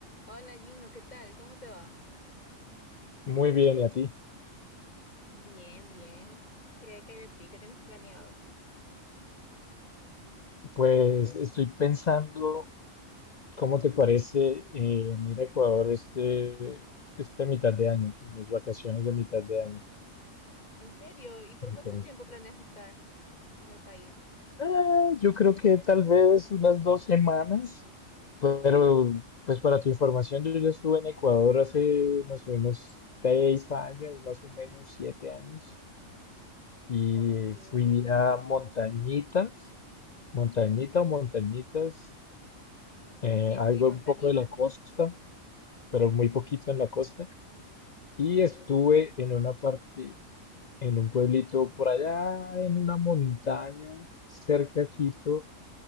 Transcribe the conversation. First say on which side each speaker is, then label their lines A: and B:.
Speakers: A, on the left; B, on the left.
A: Hola Gino, ¿qué tal? ¿Cómo te va?
B: Muy bien, ¿y a ti?
A: Bien, bien. ¿Qué, qué hay de ti? ¿Qué tienes planeado?
B: Pues estoy pensando, ¿cómo te parece eh, en ir a Ecuador este, esta mitad de año, mis vacaciones de mitad de año?
A: ¿En serio? ¿Y por
B: Entonces,
A: cuánto tiempo planeas estar en el país?
B: ah, yo creo que tal vez unas dos semanas, pero pues para tu información, yo ya estuve en Ecuador hace, no sé, unos seis años, más o menos siete años, y
A: Ok. Sí,
B: fui a Montañitas, Montañita o Montañitas, eh,
A: sí,
B: algo
A: montañita.
B: un poco de la costa. pero muy poquito en la costa. Y estuve en una parte, en un pueblito por allá, en una montaña cerca a Quito.